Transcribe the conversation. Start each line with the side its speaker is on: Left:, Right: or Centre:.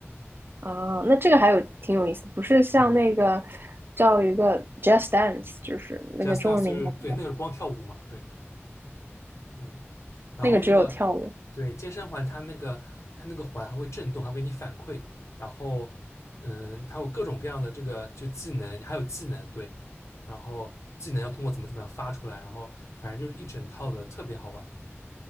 Right: 啊，那这个还有挺有意思的，不是像那个
Left: 嗯
Right: 叫一个 Just Dance，就是那个中文名叫什么？
Left: ，Just Dance 就是对那个是光跳舞嘛，对。嗯，然后那个，
Right: 那个只有跳舞。
Left: 对，健身环它那个它那个环还会震动，还会给你反馈，然后嗯，它有各种各样的这个就技能，还有技能，对，然后技能要通过怎么怎么样发出来，然后反正就是一整套的，特别好玩。